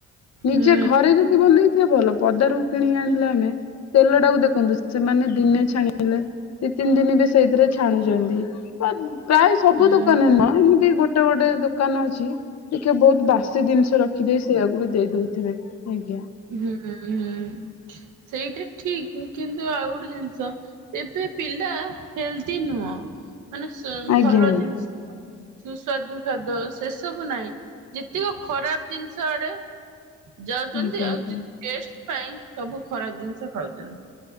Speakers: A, on the left; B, on the right.
A: ନିଜେ
B: ହୁଁ
A: ଘରେ ଯଦି ବନେଇଥିବା ଭଲ ପଦାରୁ କିଣି ଆଣିଲା ଆମେ ତେଲ ଟାକୁ ଦେଖନ୍ତୁ ସେମାନେ ଦିନେ ଛାଣ ହେଲେ ଦି ତିନି ଦିନ ବି ସେଇଥିରେ ଛାଣୁଛନ୍ତି। ପ୍ରାୟ ସବୁ
B: ହୁଁ
A: ଦୋକାନ ନ ଏମିତି ଗୋଟେ ଗୋଟେ ଦୋକାନ ଅଛି ଦେଖିବା ବହୁତ ବାସି ଜିନିଷ ରଖିଦେଇ ସେଇଆକୁ ବି ଦେଇ ଦଉଥିବେ। ଆଜ୍ଞା
B: ହୁଁ ହୁଁ। ସେଇଟା ଠିକ କିନ୍ତୁ ଆଉ ଗୋଟେ ଜିନିଷ ଏବେ ପିଲା ହେଲଦି ନୁହଁ। ମାନେ
A: ଆଜ୍ଞା
B: ଭଲ
A: ଆଜ୍ଞା
B: ଜିନିଷ ସୁସ୍ୱାଦୁ ଖାଦ୍ୟ ସେ ସବୁ ନାହିଁ ଯେତିକ ଖରାପ ଜିନିଷ ଆଡେ। ଯାଉଛନ୍ତି
A: ଆଜ୍ଞା
B: ଆଉ
A: ଆଜ୍ଞା।
B: ଟେଷ୍ଟ ପାଇଁ ସବୁ ଖରାପ ଜିନିଷ ଖାଉଛନ୍ତି।